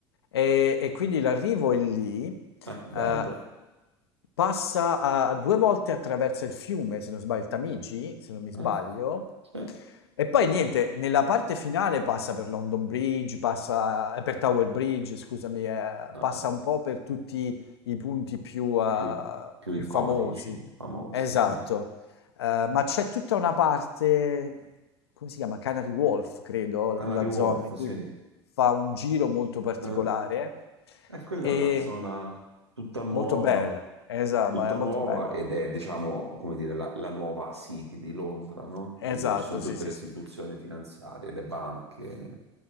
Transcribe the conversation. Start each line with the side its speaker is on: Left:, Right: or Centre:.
Left: E, e quindi l'arrivo è lì,
Right: Eh, bello.
Left: eh, passa a- due volte attraversa il fiume, se non sbaglio, il Tamigi, se non mi sbaglio.
Right: Eh, sì. Eh,
Left: E poi niente, nella parte finale passa per London Bridge, passa eh, per Tower Bridge, scusami, eh,
Right: eh.
Left: passa un po' per tutti i punti più, eh,
Right: più, più
Left: più
Right: iconici,
Left: famosi.
Right: famosi.
Left: Esatto.
Right: eh.
Left: Eh, ma c'è tutta una parte, come si chiama? Canary Wolf, credo,
Right: Canary
Left: quella
Right: Wharf,
Left: zona in
Right: sì.
Left: cui
Right: Eh,
Left: fa un giro molto particolare
Right: eh, eh. E quella
Left: e
Right: è una zona tutta nuova,
Left: molto bella. Esatto,
Right: tutta
Left: ma è molto
Right: nuova
Left: bella.
Right: ed è, diciamo, come dire, la, la nuova City di Londra, no?
Left: Esatto,
Right: Quindi dove ci sono tutte
Left: sì, sì,
Right: le istituzioni
Left: sì.
Right: finanziarie, le banche